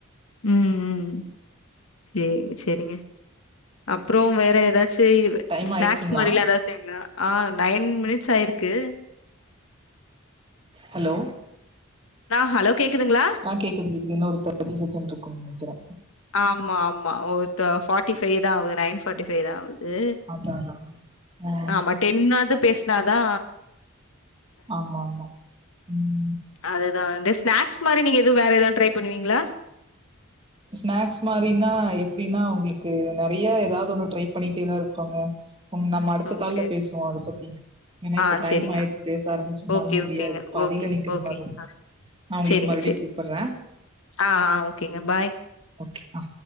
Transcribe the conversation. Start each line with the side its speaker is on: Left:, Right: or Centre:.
Left: ம் ம் செரி சேரிங்க அப்பற வேற ஏதாச்சு
Right: டைம்
Left: ஸ்நாக்ஸ்
Right: ஆயிடுச்சுங்களா
Left: மாரிலா ஏதாது ங்களா ஆ நைன் மினிட்ஸ் ஆயிருக்கு
Right: ஹலோ
Left: ஆ ஹலோ கேக்குதுங்களா
Right: ஆ கேக்குது கேக்குது இன்னு ஒரு தாட்டி செகண்ட் இருக்கும்ன்னு நெனைக்கிறே
Left: ஆமா ஆமா ஒரு ஃபார்டிஃபை தா ஆகுது நைன் ஃபார்ட்டி ஃபை தா ஆகுது து
Right: அதா அதா ஆ
Left: ஆமா டென்னாது பேசுனாதா
Right: ஆமா ஆமா ம்
Left: அதுதா ஸ்நாக்ஸ் மாரி நீங்க எதுவும் வேற எதுவும் ட்ரை பண்ணுவீங்களா
Right: ஸ்நாக்ஸ் மாரினா எப்டின்னா உங்களுக்கு நெறைய ஏதாவது ஒன்னு ட்ரை பண்ணிட்டே தா இருப்பாங்க ம் நம்ம அடுத்த
Left: ஓகே.
Right: கால்ல பேசுவோ அத பத்தி ஏனா
Left: ஆ
Right: இப்ப டைம்
Left: சரிங்க.
Right: ஆயிடுச்சு பேச ஆரம்பிச்சனாலு
Left: ஓகே,
Right: முடியாது
Left: ஓகேங்க.
Right: பாதில
Left: ஓகே,
Right: நிக்கிற
Left: ஓகே.
Right: மாரி இருக்கு
Left: ஆ
Right: நா உங்களுக்கு
Left: சரிங்க,
Right: மறுபடியு
Left: சரிங்க.
Right: கூப்புடுறே
Left: ஆ ஆ ஓகேங்க பாய்
Right: ஓகே ஆ